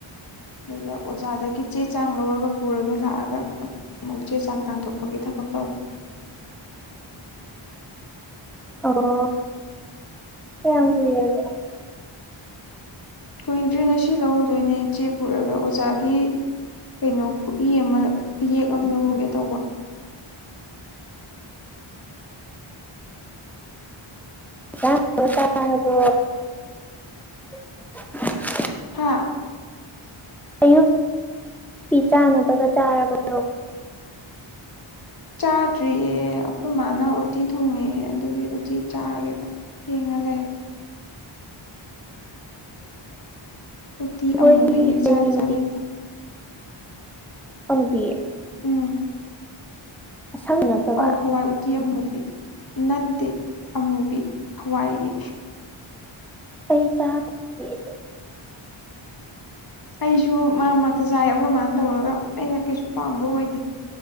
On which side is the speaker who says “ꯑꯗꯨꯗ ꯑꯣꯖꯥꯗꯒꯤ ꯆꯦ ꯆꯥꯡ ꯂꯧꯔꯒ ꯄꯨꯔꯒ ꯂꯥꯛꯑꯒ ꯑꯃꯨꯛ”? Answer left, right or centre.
Left